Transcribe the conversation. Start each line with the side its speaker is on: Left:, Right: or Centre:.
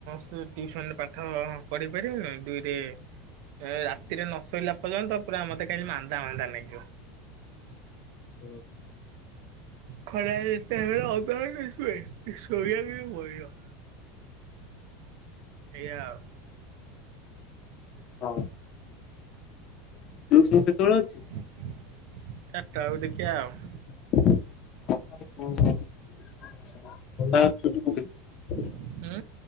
Right: ସେ ଟିଉସନ୍ ପାଠ ପଢ଼େଇ ପାରିବିନି ଦୁଇରେ। ରାତିରେ ନ ଶୋଇଲା ପର୍ଯ୍ୟନ୍ତ ପୁରା ମତେ ଖାଲି ମାନ୍ଦା ମାନ୍ଦା ଲାଗିବ।
Left: ହଁ।
Right: ଖରା ଯେତେ ହେଲେ ଅଧ ଘଣ୍ଟେ ସୁଏ କି ଶୋଇବାକୁ ପଡିବ। ଏଇଆ ଆଉ।
Left: <unintelligible> ଟିଉସନ୍ କେତେବେଳେ ଅଛି?
Right: ଚାରିଟା ବେଳକୁ ଦେଖିବା ଆଉ।
Left: <unintelligible>
Right: ଉଁ।